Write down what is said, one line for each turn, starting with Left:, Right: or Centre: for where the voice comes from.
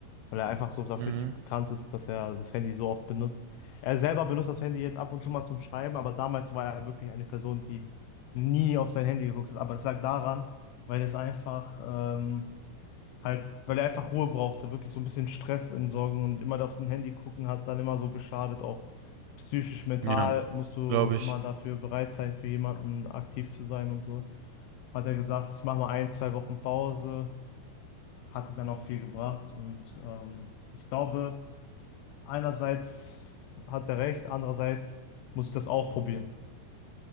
Left: weil er einfach so dafür
Right: Mhm.
Left: nicht bekannt ist, dass er das Handy so oft benutzt. Er selber benutzt das Handy jetzt ab und zu mal zum Schreiben, aber damals war er wirklich eine Person, die nie auf sein Handy geguckt hat. Aber es lag daran, weil es einfach ähm, Halt, weil er einfach Ruhe brauchte, wirklich so ein bisschen Stress entsorgen und immer auf dem Handy gucken hat dann immer so geschadet, auch psychisch, mental
Right: Ja,
Left: musst du
Right: glaube
Left: immer
Right: ich.
Left: dafür bereit sein, für jemanden aktiv zu sein und so. Hat er gesagt, ich mache mal ein, zwei Wochen Pause, hatte dann auch viel gebracht und ähm, ich glaube, einerseits hat er recht, andererseits muss ich das auch probieren.